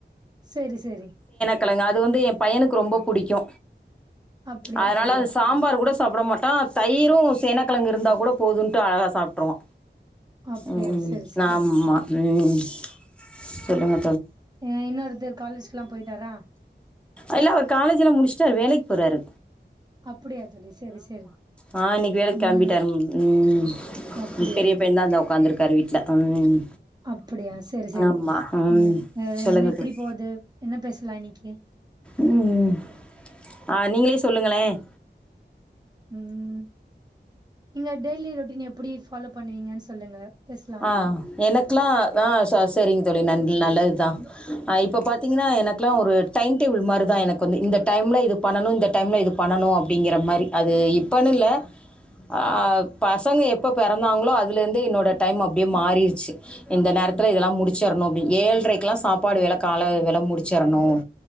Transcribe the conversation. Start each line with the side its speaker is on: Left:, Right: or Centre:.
Right: செரி செரி.
Centre: கெழங்கு அது வந்து எ பையனுக்கு ரொம்ப புடிக்கு.
Right: அப்டியா
Centre: அதனால
Right: தோழி
Centre: அது சாம்பார் கூட சாப்புட மாட்டா, தயிரு சேனக்கெழங்கு இருந்தா கூட போதுன்ட்டு அழகா சாப்ட்ருவா.
Right: அப்டியா
Centre: ம்,
Right: சேரி சேரி
Centre: ஆமா, ம் சொல்லுங்க
Right: ஏய் இன்னொருத்தர் காலேஜ்கெல்லாம் போயிட்டாரா?
Centre: இல்ல அவுரு காலேஜ்லா முடிச்சுட்டு ச்ச வேலைக்கு போறாரு.
Right: அப்பிடியா தோழி, செரி செரி
Centre: ஆ இன்னைக்கு வேலைக்கு
Right: ம்
Centre: கெளம்பிட்டாரு. ம்.
Right: அப்பிடியா
Centre: பெரிய பையன் தான் இந்தா உக்காந்துருக்காரு வீட்ல. ம்.
Right: அப்பிடியா செரி செரி
Centre: ஆமா.
Right: ம் வேற
Centre: சொல்லுங்க
Right: என்ன எப்பிடி
Centre: தோழி.
Right: போது? என்ன பேசலாம் இன்னிக்கு
Centre: ம்ஹும் ஆ நீங்களே சொல்லுங்களேன்.
Right: ம் இங்க டெல்லி டெய்லி ரொட்டீன் எப்பிடி ஃபாலோ பண்ணுவீங்கன்னு சொல்லுங்க பேசலா
Centre: ஆ எனக்குல்லாம் ஆ ச சரிங் தோழி நன்றி நல்லதுதான் இப்ப பாத்தீங்கன்னா எனக்குல்லாம் ஒரு டைம் டேபிள் மாரிதான் எனக் கொஞ்ச இந்த டைமில இது பண்ணணும் இந்த டைமில இது பண்ணணும் அப்பிடிங்கிற மாறி அது இப்போன்னு இல்ல ஆ பசங்க எப்போ பெறந்தாங்களோ அதுலேருந்து என்னோட டைம் அப்பிடியே மாறிடுச்சு இந்த நேரத்துல இதெல்லாம் முடிச்சிடணும் அப்பிடினு ஏழ்ரைக்கெல்லாம் சாப்பாடு வேலை கால வில முடிச்சிடணும்